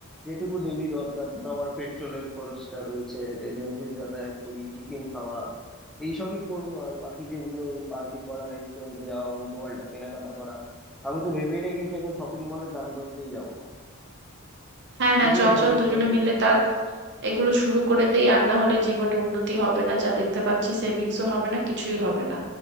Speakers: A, in the centre; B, on the right.
A: যেটুকু ডেলি দরকার ধর আমার পেট্রোলের খরচটা রয়েছে ডেলি অফিস যাতায়াত করি টিফিন খাওয়া এইসবই করবো আর বাকি যেগুলো ওই পার্টি করা রেস্টুরেন্টে যাওয়া উল্টো পাল্টা কেনাকাটা করা আমি তো ভেবেই রেখেছি এখন শপিং মলের ধারে পাশ দিয়ে যাবো না
B: হ্যাঁ হ্যাঁ
A: এগুলো
B: চল
A: বন্ধ
B: চল দুজনে
A: করে দেবো
B: মিলে তার এগুলো শুরু করে দেই আর না হলে জীবনে উন্নতি হবে না যা দেখতে পাচ্ছি সেভিংসও হবে না কিছুই হবে না